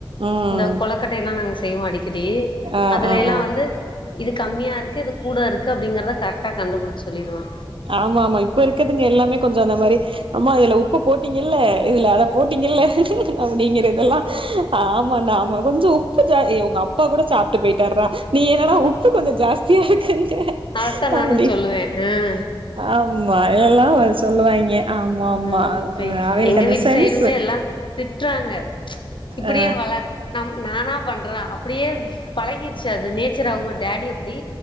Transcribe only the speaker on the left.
இந்த கொளக்கட்டயெல்லா நாங்க செய்வோ அடிக்கடி
அதுல
எல்லா
வந்து இது கம்மியாருக்கு இது கூட இருக்கு அப்டிங்கரத கரெட்டா கண்டுபுடுச் சொல்லிருவா
அதத்தா நானு
சொல்லுவே ஆ
ம்
இப்ப
எங்க
வீட்டு
சைடுமே எல்லா திட்றாங்க இப்டியே
வள நம் நானா பண்ற அப்டியே பழகிருச்சு அது நேச்சர் அவுங்க டாடி அப்டி